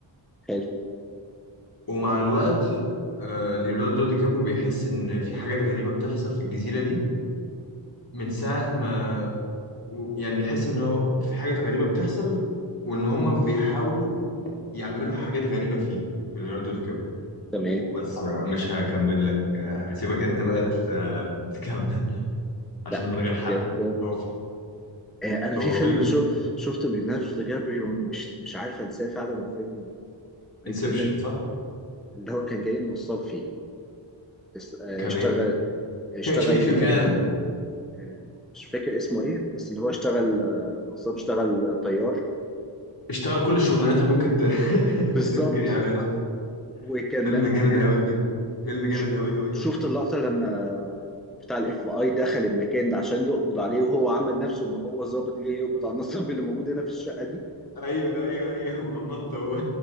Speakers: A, in the centre; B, on the left.
A: حلو
B: ومع الوقت آه، ليوناردو دي كابريو بيحس ان في حاجات غريبه بتحصل في الجزيره دي من ساعه ما يعني بيحس ان هو في حاجات غريبه بتحصل وان هما بيحاولوا يعملوا حاجات غريبه فيه في ليوناردو دي كابريو
A: تمام
B: وبس طبعا بقى تمام مش هكمل لك آه، هسيبك انت بقى ت- آه، تكمل عشان
A: لا
B: من غير حرق
A: بجد
B: هو
A: آه انا
B: هو
A: في فيلم
B: فيلم
A: شوف شفته ليوناردو دي كابريو مش مش عارف انساه فعلا هو فيلم غريب
B: انسبشن
A: جدا
B: صح؟
A: اللي هو كان جاي من الصال فيه اس- آه،
B: كان
A: اشتغل
B: ايه؟
A: اشتغل
B: كاتش مي اف يو كان
A: آه، آه، مش فاكر اسمه ايه بس اللي هو اشتغل آه، نصاب اشتغل آه، طيار
B: اشتغل كل الشغلانات اللي ممكن ت... <laughs>
A: بالظبط
B: ممكن يعملها
A: وكان
B: فيلم جامد قوي فيلم جامد
A: ش-
B: قوي قوي
A: شفت
B: قوي
A: اللقطة لما بتاع الاف بي اي دخل المكان ده عشان يقبض عليه وهو عمل نفسه ان هو ظابط جاي يقبض على النصاب اللي موجود هنا في الشقة دي
B: ايوه ايوه ايوه هو نط هو